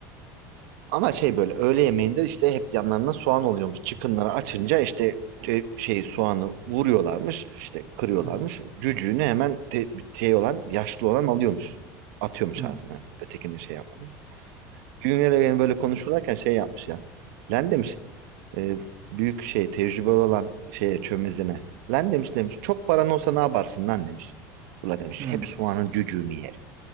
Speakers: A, on the right; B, on the right.
A: Ama şey böyle öğle yemeğinde işte hep yanlarına soğan oluyormuş. Çıkınları açınca işte te- şey soğanı vuruyorlarmış, işte kırıyorlarmış.
B: hı.
A: Cücüğünü hemen te, şey olan, yaşlı olan alıyormuş. Atıyormuş
B: Hı hı.
A: ağzına. Ötekini şey yapmadan. Güngör Evgen böyle konuşurlarken şey yapmış ya. Len demiş e, büyük şey tecrübeli olan şeye çömezine. Len demiş demiş çok paran olsa ne yaparsın lan demiş. Ula demiş
B: Hı.
A: hep soğanın cücüğünü yerim.